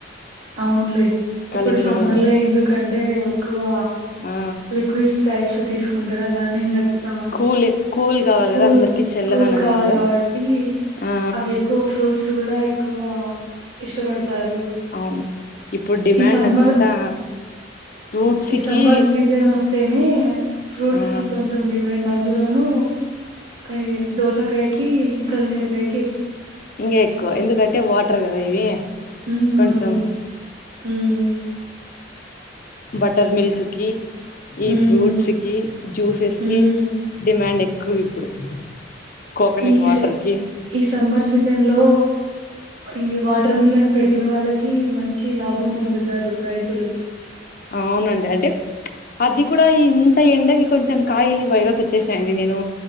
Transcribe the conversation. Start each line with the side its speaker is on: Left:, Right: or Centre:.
Right: అవున్ లే
Left: కలింగర
Right: ఇప్పుడు సమ్మర్ లో ఎందుకంటే క్ ఎక్కువ
Left: ఆ
Right: లిక్విడ్స్ టైప్స్ తీసుకుంటార అలానే ఇం ఆ
Left: కూల్ కూల్ కావాలి
Right: కూల్
Left: కదా అందరికి చల్లదనం
Right: కూల్ కావాలి
Left: కావాలా
Right: కాబట్టి
Left: ఆ
Right: అవి ఎక్కువ ఫ్రూట్స్ కూడా ఎక్కువ ఇష్టపడతారు
Left: అవును ఇప్పుడు డిమాండ్
Right: ఈ సమ్మర్
Left: అంతా ఫ్రూట్స్కి
Right: ఈ సమ్మర్ సీజన్ వస్తేనే ఫ్రూట్స్
Left: ఆ
Right: కి కొంచెం డిమాండ్ అందులోను అ దోసకాయకి కలింగరకాయ
Left: ఇంకా ఎక్కువ ఎందుకంటే వాటర్ కదా ఇవి
Right: ఉమ్
Left: కొంచెం
Right: అవును మ్
Left: బట్టర్ మిల్క్ కి ఈ
Right: హ్మ్.
Left: ఫ్రూట్స్కి జ్యూసెస్కి
Right: హ్మ్.
Left: డిమాండ్ ఎక్కువ ఇప్పుడు కోకోనట్
Right: ఈ
Left: వాటర్ కి
Right: ఈ సమ్మర్ సీజన్ లో ఇది వాటర్ మిలన్ పెట్టిన వాళ్ళకి మంచి లాభం పొందుతారు రైతులు
Left: అవునండి అంటే అది కూడా ఇంత ఎండకి కొంచెం కాయలు వైరస్ వచ్చేసినాయిండి నేను